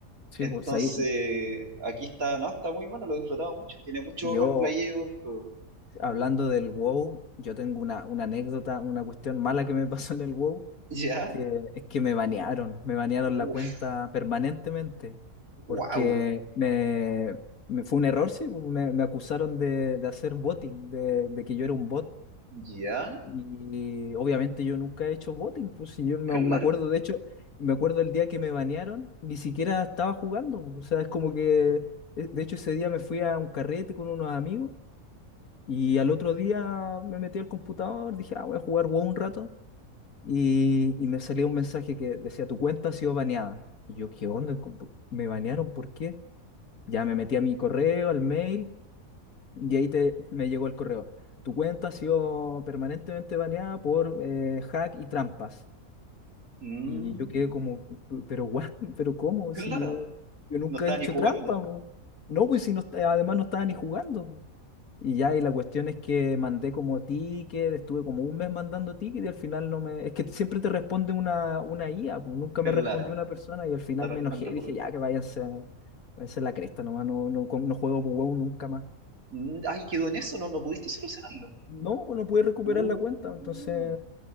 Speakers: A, on the left (about 80°); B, on the right (about 75°).
A: sí,
B: Entonces,
A: pues. Ahí,
B: aquí está, no, está muy bueno, lo he disfrutado mucho. Tiene mucho
A: yo,
B: roleplayeo el juego.
A: hablando del WoW, yo tengo una, una anécdota, una cuestión mala que me <laughs> pasó en el WoW,
B: ¿Ya?
A: Que, es que me banearon, me banearon
B: Uf,
A: la cuenta permanentemente,
B: wow.
A: porque me, me- fue un error, sí, pues, me, me acusaron de, de hacer botting, de, de que yo era un bot,
B: Ya,
A: y obviamente yo nunca he hecho botting, pues si yo me,
B: claro.
A: me acuerdo, de hecho, me acuerdo el día que me banearon, ni siquiera estaba jugando, pues, o sea, es como que, eh, de hecho ese día me fui a un carrete con unos amigos, y al otro día me metí al computador, dije, ah, voy a jugar WoW un rato. Y, y me salió un mensaje que decía, tu cuenta ha sido baneada. Y yo,
B: Guau.
A: ¿qué onda? ¿Cómo po- ¿Me banearon? ¿Por qué? Ya me metí a mi correo, al mail, y ahí te, me llegó el correo. Tu cuenta ha sido permanentemente baneada por eh, hack y trampas.
B: Mm,
A: Y yo quedé como, "P- pero what, <laughs> pero ¿cómo?
B: claro.
A: Si yo nunca
B: No estaba
A: he hecho
B: ni jugando.
A: trampa, po". No, pues si no, está- además no estaba ni jugando. Y ya, y la cuestión es que mandé como ticket, estuve como un mes mandando ticket y al final no me... Es que siempre te responde una, una IA, pues nunca
B: Claro.
A: me respondió una persona y al final
B: La respuesta
A: me enojé y
B: por...
A: dije, ya, que váyanse, váyanse a la cresta nomás, no, no, com- no juego por huevo nunca más.
B: Mm, ay, quedó en eso, no, no pudiste solucionarlo.
A: No, pues no pude recuperar
B: Uh,
A: la cuenta, entonces